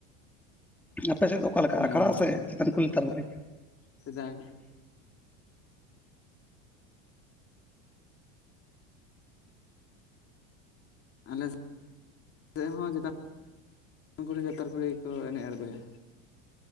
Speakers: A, in the centre; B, on the left.
A: ᱟ ᱟᱯᱮᱥᱮᱫ ᱫᱚ ᱚᱠᱟ ᱞᱮᱠᱟ
B: ᱦᱩᱸ
A: ᱟᱠᱷᱲᱟ ᱥᱮ ᱪᱮᱛᱟᱱ ᱠᱩᱞᱦᱤ ᱞᱟᱛᱟᱨ ᱠᱩᱞᱦᱤ
B: ᱥᱮᱫᱟᱭ ᱟᱞᱮ ᱥᱮᱫ ᱦᱚᱸ ᱪᱮᱛᱟᱱ ᱪᱮᱛᱟᱱ ᱠᱩᱞᱦᱤ ᱞᱟᱛᱟᱨ ᱠᱩᱞᱦᱤ ᱠᱚ ᱮᱱᱮᱡ ᱟᱲᱜᱚᱭᱟ